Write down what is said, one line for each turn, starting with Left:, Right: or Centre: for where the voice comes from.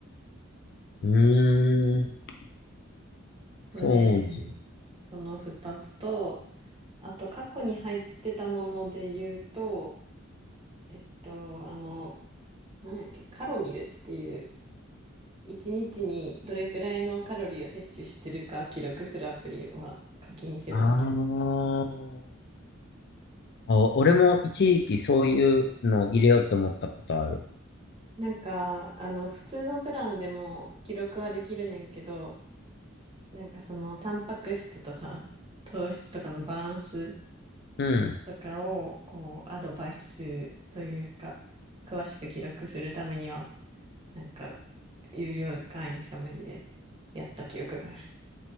Left: うん。うーん、そうなんだ。
Right: それ、その2つと、あと過去に入ってたもので言うと、えっと、あの、なんやっけ、カロミルっていう、一日にどれくらいのカロリーを摂取してるか記録するアプリは課金してた時だった。
Left: あーあ。俺も一時期そういうの入れようと思ったことある。
Right: なんか、あの、普通のプランでも記録はできるねんけど、なんかその、タンパク質とさ、糖質とかのバランス
Left: うん。
Right: とかを、こう、アドバイスというか、詳しく記録するためには、なんか、有料会員しか無理でやった記憶がある。